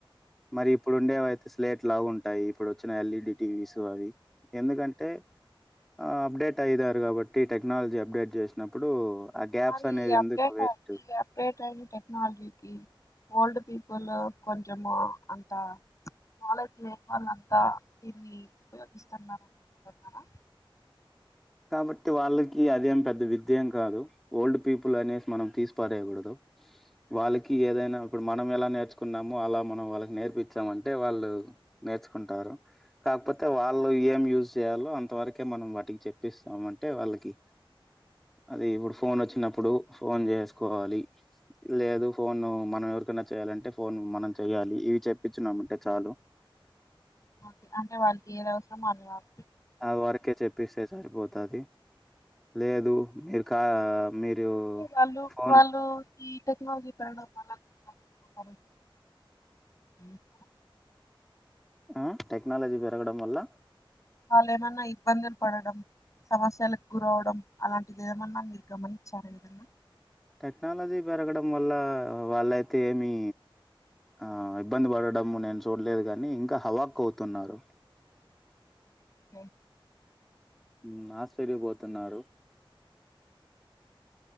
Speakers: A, in the centre; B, on the left.
A: మరి ఇప్పుడు ఉండేవైతే స్ ప్లేట్ లాగుంటాయి ఇప్పుడు వచ్చిన ఎల్ఈడి టీవీసు అవి ఎందుకంటే ఆ అప్డేట్ అయితారు కాబట్టి టెక్నాలజీ అప్డేట్ చేసినప్పుడు ఆ గ్యాప్స్
B: మరి
A: అనేది
B: ఈ
A: ఎందుకు
B: అప్డేట్
A: వేస్ట్
B: ఈ అప్డేట్ అయిన టెక్నాలజీకి ఓల్డ్ పీపుల్ కొంచము అంత నాలెడ్జ్ లేని వాళ్ళంతా దీన్ని ఉపయోగిస్తన్నారు అనుకుంటున్నారు
A: అ కాబట్టి వాళ్ళకి అదేం పెద్ద విద్యమ్ కాదు ఓల్డ్ పీపుల్ అనేసి మనం తీసిపరేయకూడదు వాళ్ళకి ఏదైనా ఇప్పుడు మనం ఎలా నేర్చుకున్నామో అలా మనం వాళ్ళకి నేర్పించమంటే వాళ్ళు నేర్చుకుంటారు కాకపోతే వాళ్ళు ఏం యూజ్ చేయాలో అంతవరకే మనం వాటికి చెప్పిస్తమంటే వాళ్ళకి అది ఇప్పుడు ఫోన్ వచ్చినప్పుడు ఫోన్ చేసుకోవాలి లేదు ఫోన్ మనం ఎరికన్నా చేయాలంటే ఫోన్ మనం చెయాలి ఇవి చెప్పించున్నామంటే చాలు
B: ఓకే అంటే వాళ్ళకి ఏది అవసరం అళ్ వాల్
A: అది వరకే చెప్పిస్తే సరిపోతుది లేదు మీరు కా మీరు
B: అంటే వాళ్ళు
A: ఫోన్
B: వాళ్ళు ఈ టెక్నాలజీ పెరగడం వల్ల <unintelligible>
A: ఆ టెక్నాలజీ పెరగడం వల్ల
B: వాళ్ళు ఏమన్నా ఇబ్బందులు పడడం సమస్యలకు గురవడం అలాంటిదిమన్నా మీరు గమనించారు ఏదన్నా
A: టెక్నాలజీ పెరగడం వల్ల వాళ్ళైతే ఏమి ఆ ఇబ్బంది పడడం నేను చూడలేదు కానీ ఇంకా హవాక్ అవుతున్నారు
B: ఏం
A: ఉమ్ ఆశ్చర్యపోతున్నారు